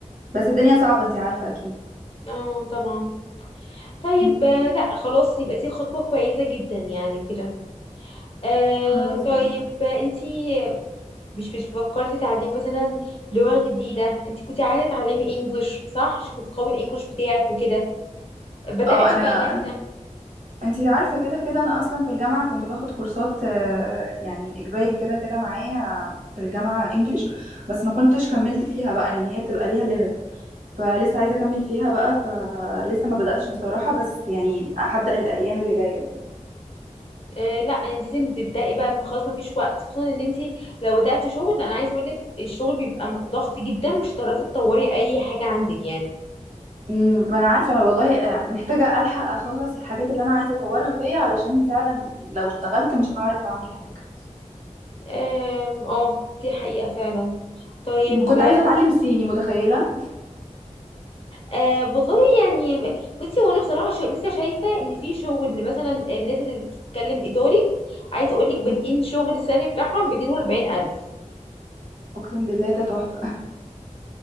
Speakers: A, on the right; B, on the left.
A: بس الدنيا صعبه انتي عارفه اكيد
B: اه طبعا طيب
A: مم.
B: آه، لا خلاص يبقى دي خطوه كويسه جدا يعني وكده آه
A: خلاص
B: طيب
A: تمام
B: آه، انتي مش مش فكرتي تعليم مثلا لغة جديدة انت كنت عايزة تتعلمي انجلش صح عشان كنت قوي الانجلش بتاعك وكده بدأتي
A: اه انا
B: ولا لسه
A: انتي عارفة كده كده انا اصلا في الجامعة كنت باخد كورسات آه، يعني اجباري كده كده معايا في الجامعة انجليش بس ما كنتش كملت فيها بقى يعني هي بتبقى ليها ليميت فلسه عايزة اكمل فيها بقى فلسه ما بدأتش بصراحة بس يعني هبدأ الايام اللي جاية يعني
B: آه لا يعني انت لازم تبدأي بقى ما خلاص مفيش وقت خصوصا ان انت لو بدأتي شغل انا عايزة اقول لك الشغل بيبقى م- ضغط جدا مش هتعرفي تطوري اي حاجة عندك يعني
A: امم وانا عارفة والله آه، محتاجة الحق اخلص الحاجات اللي انا عايزة اطورها فيا علشان فعلا لو اشتغلت مش هعرف اعمل حاجة
B: آم، اه دي حقيقة فعلا طيب
A: مم، كنت عايزة اتعلم صيني متخيلة
B: أه والله يعني بصي هو انا بصراحه شو لسه شايفه ان في شغل مثلا الناس اللي بتتكلم ايطالي عايزه اقول لك
A: امم
B: بادئين شغل السالري بتاعهم ب 240,000
A: اقسم بالله ده تحفة